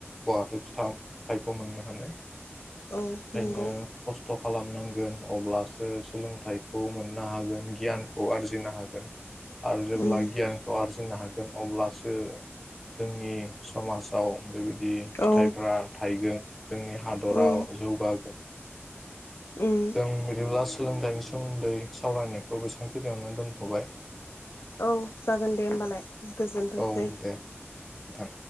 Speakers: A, in the centre; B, on the left (about 60°).
A: बहाथो फि थ फिथाइखौ मोननो हानो
B: औ
A: बेनिखायनो
B: नंगौ
A: खस्थ खालामनांगौ गोन अब्लासो सोलोंथाइखौ मोननो हागोन गियानखौ आरजिनो हागोन आरो जेब्ला
B: उम
A: गियानखौ आरजि जिनो हागोन अब्लासो जोंनि समाजाव बेबायदि फिथाइफोरा
B: औ
A: थाइगोन जोंनि हादराव
B: उम
A: जौगागोन
B: उम
A: जों बिदिब्ला सोलोंथायाइनि सोमोन्दै सावरायनायखौ बेसांखिनियावनो दोनथबाय।
B: औ जागोन दे होमबालाय गोजोनथोंसै।
A: औ दे नोंथां